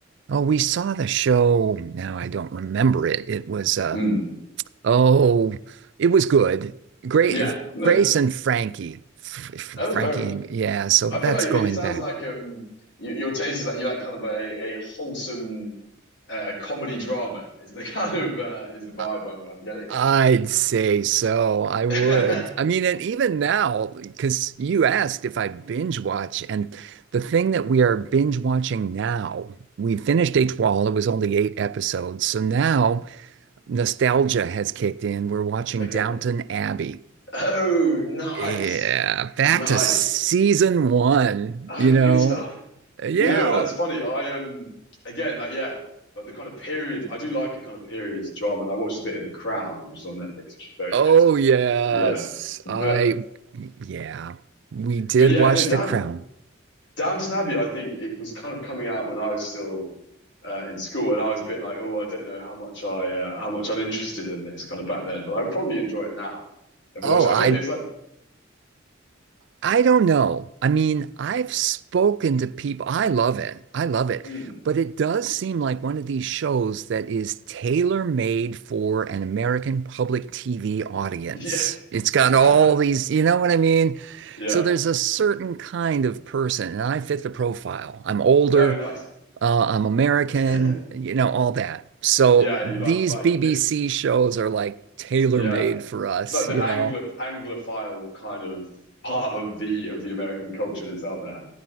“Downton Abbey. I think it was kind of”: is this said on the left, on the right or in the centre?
Left